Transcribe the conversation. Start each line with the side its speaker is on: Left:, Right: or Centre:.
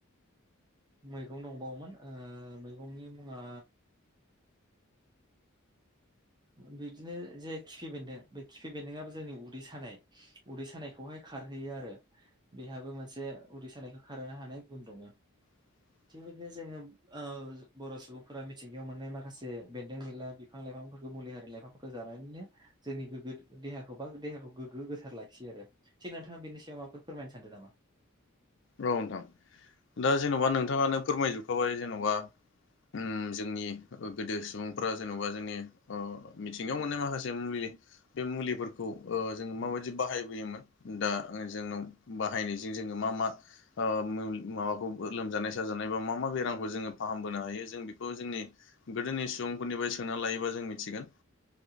Right: मैगं दंबावोमोन मैगंनि मुङा बिबदिनो जे खिफि बेन्दों बे खिफि बेन्दोंआबो जोंनि उदै सानाय उदै सानायखौहाय खारहैयो आरो बेहाबो मोनसे उदैसानायखौ खारहोननो हानाय गुन दङ'
Left: <inaudible>
Right: थिगबायदिनो जोङो ओ बर' सुबुंफोरा मिथिंगायाव मोननाय माखासे बेन्दों बिनला बिफां लाइफांफोरखौ मुलि हारि लाइफांफोरखौ जानानैनो जोंनि गोग्गो देहाखौ बा देहाखौ गोग्गो गोसार लाखियो आरो थिग नोंथाङा बेनि सायाव माबाफोर फोरमायनो सानदों नामा
Left: औ नोंथां दा जेन'बा नोंथाङानो फोरमायजोबखाबाय जेन'बा उम जोंनि गोदो सुबुंफ्रा जेन'बा जोंनि ओ मिथिंगायाव मोननाय माखासे मुलि बे मुलिफोरखौ ओ जोङो माबायदि बाहायबोयोमोन दा जोंनाव बाहायनायजों जोङो मा मा ओ माबाखौ लोमजानाय साजानाय बा मा मा बेरामखौ जोङो फाहामबोनो हायो जों बेखौ जोंनि गोदोनि सुबुंफोरनिफ्राय सोंना लायोबा जों मिथिगोन